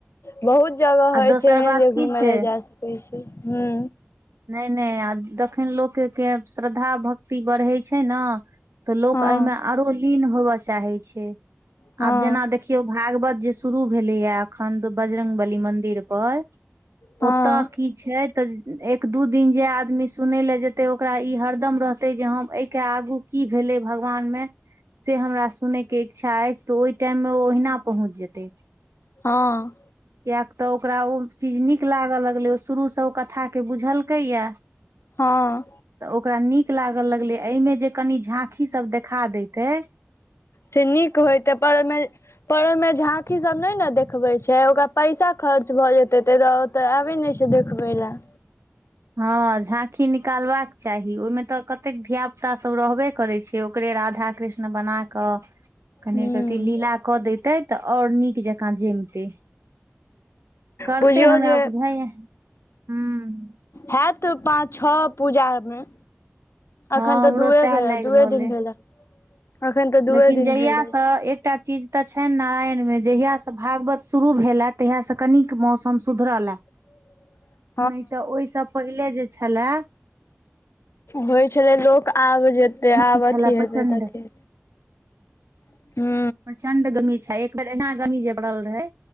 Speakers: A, on the left (about 70°); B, on the right (about 85°).
A: बहुत जगह
B: आ
A: होइ
B: दोसर
A: छै एहन
B: बात
A: जे घुम
B: की छै
A: लए जा सकै छी हूँ
B: नहि नहि आ तखन लोकके श्रद्धा भक्ति बढ़ै छै ने तऽ लोक
A: हँ
B: एहिमे आरो लीन होबय चाहे छै
A: हँ
B: आब जेना देख देखियौ भागवत जे शुरू भेलैया एखन द बजरंग बली मंदिर पर
A: हँ
B: ओतऽ की छै तऽ दू दिन जे आदमी सुनय लए जेतै ओकरा ई हरदम रहतै जे हम एहिके आगू की भेलै भगवानमे से हमरा सुनै के इच्छा अछि तऽ ओहि टाइम मे ओ ओहिना पहुँच जेतै
A: हँ
B: कियाक तऽ ओकरा ओ चीज नीक लागल लगले ओ शुरू से ओ कथा के बुझलकैया तऽ
A: हँ
B: ओकरा नीक लागऽ लगलै एहिमे जे कनि झाकी सब देखा देतै
A: से नीक होयतै पर ओमे पर ओहि में झांकी सब ने ने देखबे छै ओकरा पैसा खर्च भए जेते त तऽ आबै नहि छै देखबै लए
B: हँ झांकी निकालबाक चाही ओहिमे तऽ कतेक धिया पुता सब रहबे करै छैय ओकरे राधा कृष्ण बना कऽ कने
A: ह
B: एक रती लीला कऽ दैते तऽ आओर नीक जकाँ जैमते करते
A: बुझियौ
B: हमरा
A: जे
B: उपझैअ हँ
A: हैत पाँच छ ओ पूजामे
B: हँ
A: अखन तऽ
B: हमरो
A: दूए
B: सएह
A: भेल
B: लाइग
A: दूए
B: रहल
A: दिन
B: अइ
A: भेल अखन तऽ दूए
B: लेकिन जहियासँ
A: दिन भेल अछि
B: एकटा चीज त छै नारायण मे जहिया सँ भागवत शुरू भेलए तहिया सँ कनिक मौसम सुधरले
A: <inaudible>
B: नहि त ओहि सँ पहिले जे छलए
A: होइ छलै लोक आब जेतै आब
B: ई छलए
A: अथी हेतै
B: प्रचंड
A: त अथी हेतै
B: प्रचंड गमी छै एक बेर एना गमी जे पड़ल रहे